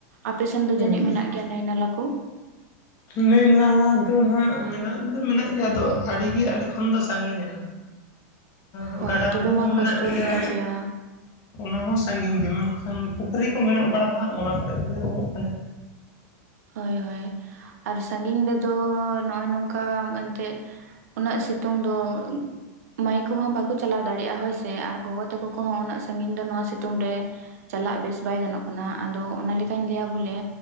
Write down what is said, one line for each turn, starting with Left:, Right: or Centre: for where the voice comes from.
Right: ᱟᱯᱮᱥᱮᱱ ᱫᱚ
Left: ᱦᱩᱸ
Right: ᱡᱟᱹᱱᱤᱡ ᱢᱮᱱᱟᱜ ᱜᱮᱭᱟ ᱱᱟᱹᱭ-ᱱᱟᱞᱟ ᱠᱚ?
Left: ᱱᱟᱹᱭ-ᱱᱟᱞᱟ ᱫᱚ ᱱᱷᱟᱜ ᱢᱮᱱᱟᱜ ᱫᱚ, ᱢᱮᱱᱟᱜ ᱜᱮ ᱟᱫᱚ, ᱟᱰᱤᱜᱮ ᱟᱞᱮ ᱠᱷᱚᱱ ᱫᱚ ᱥᱟᱸᱜᱤᱧᱟ! ᱟᱸ
Right: ᱦᱳᱭ
Left: ᱜᱟᱰᱟ-ᱢᱩᱰᱩ
Right: ᱛᱚᱵᱮ ᱢᱟ
Left: ᱦᱚᱸ
Right: ᱠᱚᱥᱴᱚ
Left: ᱢᱮᱱᱟᱜ ᱜᱮᱭᱟ᱾
Right: ᱜᱮᱛᱟ ᱯᱮᱭᱟ
Left: ᱚᱱᱟ ᱦᱚᱸ ᱥᱟᱸᱜᱤᱧ ᱜᱮ, ᱢᱮᱱᱠᱷᱟᱱ ᱯᱩᱠᱷᱨᱤ ᱠᱚ ᱢᱮᱱᱟᱜ ᱵᱟᱲᱟ ᱦᱟᱸᱜ᱾ ᱚᱱᱟ ᱠᱚᱨᱮ ᱜᱮᱞᱮ ᱩᱢᱩᱜ ᱠᱟᱱᱟ᱾
Right: ᱦᱚᱭ, ᱦᱚᱭ ᱟᱨ ᱥᱟᱸᱜᱤᱧ ᱨᱮᱫᱚ ᱱᱚᱜᱼᱚᱭ ᱱᱚᱝᱠᱟ ᱩᱸ ᱮᱱᱛᱮᱜ ᱩᱱᱟᱹᱜ ᱥᱤ ᱛᱩᱝ ᱫᱚ ᱢᱟᱭ ᱠᱚᱦᱚᱸ ᱵᱟᱠᱚ ᱪᱟᱞᱟᱣ ᱫᱟᱲᱮᱜᱼᱟ ᱦᱳᱭ ᱥᱮ ᱟᱨ ᱜᱚᱜᱚ ᱛᱟᱠᱚ ᱠᱚᱦᱚᱸ ᱩᱱᱟᱹᱜ ᱥᱟᱸᱜᱤᱧ ᱫᱚ, ᱱᱚᱣᱟ ᱥᱤᱛᱩᱢ ᱨᱮ! ᱪᱟᱞᱟᱜ ᱵᱮᱥ ᱵᱟᱭ ᱜᱟᱱᱚᱜ ᱠᱟᱱᱟ᱾ ᱟᱫᱚ ᱚᱱᱟ ᱞᱮᱹᱠᱟᱹᱧ ᱞᱟᱹᱭᱟ ᱵᱚᱞᱮ